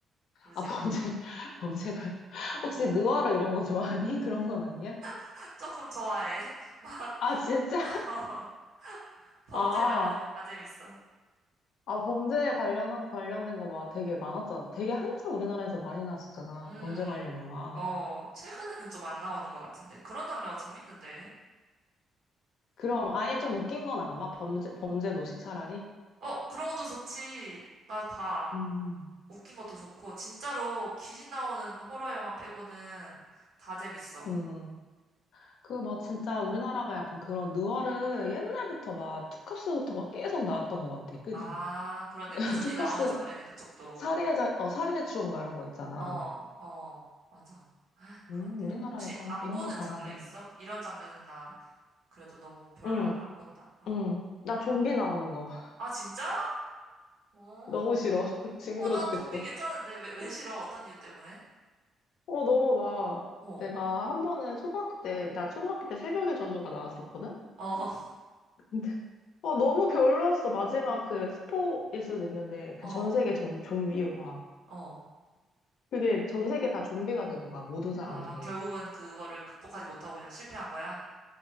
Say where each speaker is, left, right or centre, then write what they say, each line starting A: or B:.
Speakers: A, on the right; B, on the left.
A: 그러지
B: 아, 범죄가,
A: 않아?
B: <laughs> 범죄가.
A: 어,
B: 혹시 느와르 이런 거 좋아하니? <laughs> 그런 건 아니야?
A: <laughs> 조금 좋아해. <laughs> 막,
B: 아, 진짜?
A: 어, 범죄
B: 아,
A: 관련이면 다 재밌어.
B: 아, 범죄에 관련한, 관련된 거 막 되게 많았잖아. 되게 한참 우리나라에서 많이 나왔었잖아.
A: 음,
B: 범죄 관련 영화.
A: 어, 최근에는 좀 안 나오는 것 같은데. 그런 장르가 재밌는데.
B: 그럼 아예 좀 웃긴 건 안 봐? 범죄, 범죄 도시 차라리?
A: 어, 그런 것도 좋지. 나 봐.
B: 음.
A: 웃긴 것도 좋고, 진짜로 귀신 나오는 호러 영화 빼고는 다 재밌어.
B: 음. 그 막 진짜 우리나라가 약간 그런 느와르 옛날부터 막 투캅스부터 막 계속 나왔던 것 같아. 그지?
A: 아, 그렇네.
B: <laughs>
A: 꾸준히
B: 투캅스
A: 나오는 장르네, 그쪽도.
B: 살인의 자, 어, 살인의 추억 막 이런 거 있잖아.
A: 어, 어, 맞아. 그렇네.
B: 음, 우리나라
A: 혹시
B: 약간
A: 안
B: 이런
A: 보는
B: 거 잘하네.
A: 장르 있어? 이런 장르는 나 그래도 너무 별로라서
B: 응,
A: 안 본다. 그런
B: 응.
A: 거.
B: 나 좀비 나오는 거. <laughs>
A: 아, 진짜? 어.
B: 너무 싫어. <laughs> 징그러
A: 어, 난
B: 죽겠어.
A: 좀비 괜찮은데. 왜, 왜 싫어? 어떤 이유 때문에?
B: 어, 너무 막.
A: 어.
B: 내가 한 번은 초등학교 때, 나 초등학교 때 새벽의 저주가 나왔었거든?
A: 어, <laughs>
B: 근데, 어, 너무 별로였어. 마지막 그 스포일 수도 있는데, 그
A: 어,
B: 전 세계 좀, 좀비와.
A: 어.
B: 그게 전 세계 다 좀비가 된 거야, 모든 사람들이.
A: 아, 결국은 그거를 극복하지 못하고 그냥 실패한 거야?